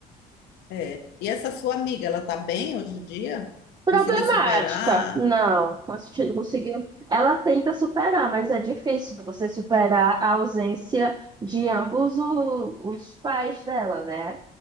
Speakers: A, on the left; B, on the right.
A: É. E essa sua amiga, ela tá bem hoje em dia?
B: Problemática.
A: Conseguiu superar?
B: Não, consti- conseguiu. Ela tenta superar, mas é difícil você superar a ausência de ambos o- os pais dela, né?